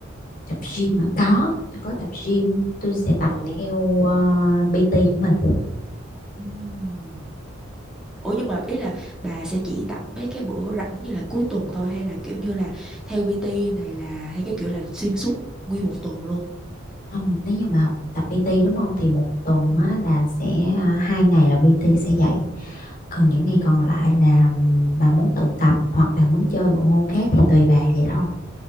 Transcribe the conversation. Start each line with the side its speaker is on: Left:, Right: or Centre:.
Left: tập gym mà có tôi có tập gym tôi sẽ tập
Centre: ồ
Left: theo ờ, PT của mình
Centre: Ừm. Ủa nhưng mà ý là bà sẽ chỉ tập mấy cái bữa rảnh như là cuối tuần thôi hay là kiểu như là theo PT này là hay cái kiểu là xuyên suốt nguyên một tuần luôn?
Left: không nếu như mà học tập PT đúng không thì một tuần
Centre: Ừ.
Left: á, là sẽ à, hai ngày là PT sẽ dạy còn những
Centre: Ừ.
Left: ngày còn lại là ừm, bà muốn tự tập hoặc là muốn chơi bộ môn khác thì tùy bà vậy thôi